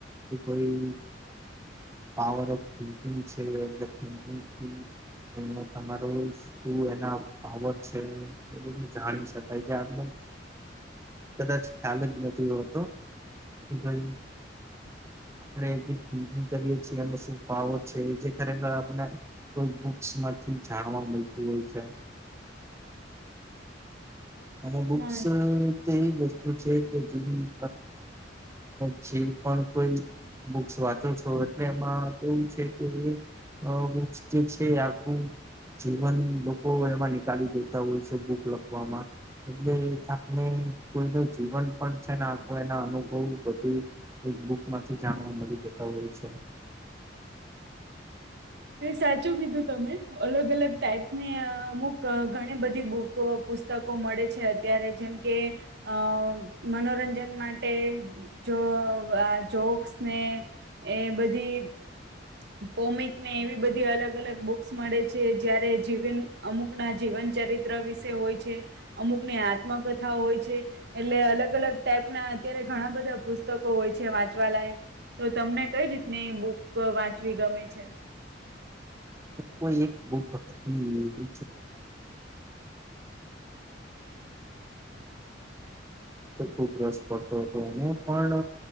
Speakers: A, on the right; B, on the right.
A: કે કોઈ પાવર ઓફિકિંગ છે એલેકથી તમારો શું એના પાવર છે. જાણી શકાય છે આપણે કદાચ ખ્યાલ જ નથી હોતો કે ભાઈ આપણેકંગ કરીએ છીએ એનો શું પાવર છે એ જે ખરેખર આપને કોઈ બુક્સમાંથી જાણવા મળતું હોય છે. અને બુક્સ
B: ના
A: તે ગોસ્ છે કે જ તમે જે પણ કોઈ બુક્સ વાંચો છો એટલે એમાં કેવું છે કે બુક્સ જે છે આખું જીવન લોકો એમાં નિકાળી દેતા હોય છે. બુક લખવામાં એટલે આપને કોઈ ન જીવન પણ છે ને એના અનુભવ બધું એક બુક માંથી જાણવા મળી જતા હોય છે.
B: સાચું કીધું તમે અલગ અલગ ટાઈપની અમુક ઘણી બધી બુકો પુસ્તકો મળે છે અત્યારે જેમ કે અ મનોરંજન માટે જો આ જોક્સ ને એ બધી કોમિક ને એવી બધી અલગ-અલગ બુક્સ મળે છે જયારે જીવન અમુક ના જીવન ચરિત્ર વિશે હોય છે અમુક ની આત્મકથા હોય છે એટલે અલગ અલગ ટાઈપ ના અત્યારે ઘણા બધા પુસ્તકો હોય છે વાંચવા લયક તો તમને કઈ રીતની બુક વાંચવી ગમે છે.
A: કો એક જે મને. વાનું બ ખૂબ રસ પડતો હતો એને પણ